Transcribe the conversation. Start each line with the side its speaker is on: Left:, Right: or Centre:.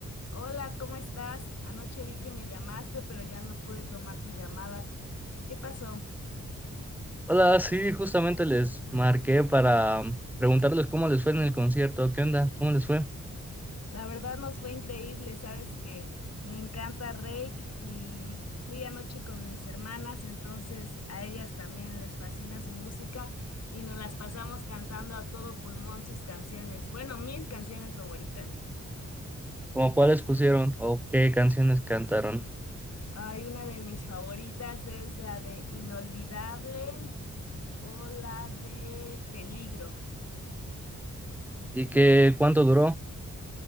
Left: Hola, ¿cómo estás? Anoche vi que me llamaste, pero ya no pude tomar tu llamada. ¿Qué pasó?
Centre: Hola, sí, justamente les marqué para um, preguntarles cómo les fue en el concierto, qué onda, cómo les fue,
Left: La verdad nos fue increíble, sabes que me encanta Rake y fui anoche con mis hermanas, entonces a ellas también les fascina su música y nos las pasamos cantando a todo pulmón sus canciones, bueno, mis canciones favoritas.
Centre: como cuáles pusieron o qué canciones cantaron
Left: Hay una de mis favoritas es la de Inolvidable o la de Peligro.
Centre: y qué cuánto duró